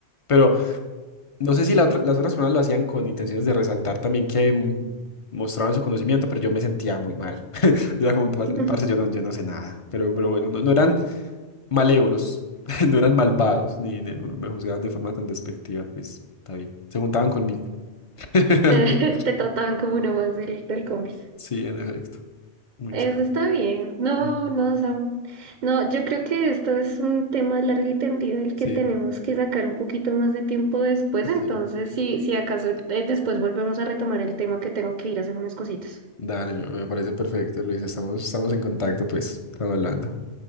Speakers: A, on the left (about 45°); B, on the right (about 55°).
A: Pero no sé si la otra- las otras personas lo hacían con intenciones de resaltar también que mm, mostraban su conocimiento, pero yo me sentía muy mal. <laughs> Yo era como, "Par-
B: <laughs>
A: parce, yo no, yo no sé nada. Pero, pero bueno, no, no eran malévolos, <laughs> no eran malvados, ni, ni me juzgaban de forma tan despectiva, pues está bien. Se juntaban conmigo, <laughs> realmente.
B: Te, te trataban como uno más del, del combis.
A: Sí, en efecto. Muy
B: Eso
A: chévere.
B: está bien. No,
A: Ah,
B: no, Sam. No, yo creo que esto es un tema largo y tendido el
A: Sí,
B: que tenemos que sacar un poquito más de tiempo después.
A: sí.
B: Entonces, si, si acaso eh, después volvemos a retomar el tema que tengo que ir a hacer unas cositas.
A: Dale, me me parece perfecto, Luisa. Estamos, estamos en contacto, pues. Estamos hablando.